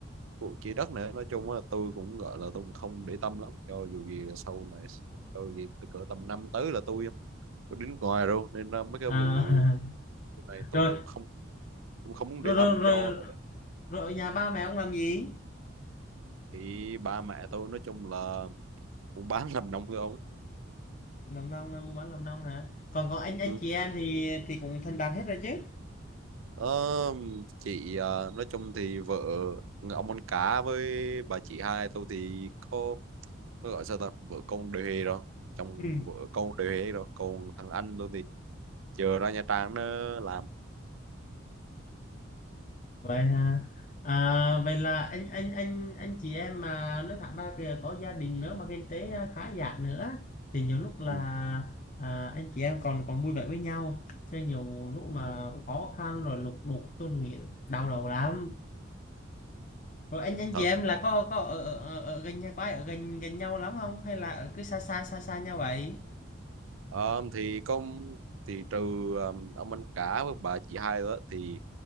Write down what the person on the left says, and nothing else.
à
<laughs> rồi
rồi
rồi
rồi,
rồi ở nhà ba mẹ ông làm gì
làm nông buôn bán làm nông hả còn có anh anh
chị em thì thì cũng thành đạt hết rồi chứ
ừ.
vậy hả à, vậy là anh anh anh anh chị em mà nói thẳng ra kìa có gia đình nữa mà kinh tế khá giả nữa thì nhiều lúc là
à, anh chị em còn còn vui vẻ với nhau cho nhiều lúc mà có khó khăn rồi lục đục tôi nghĩ đau đầu lắm Rồi anh anh
chị em là có có ở, ở, ở, gần nhau quá, ở gần gần nhau lắm không hay là ở cứ xa xa xa xa nhau vậy?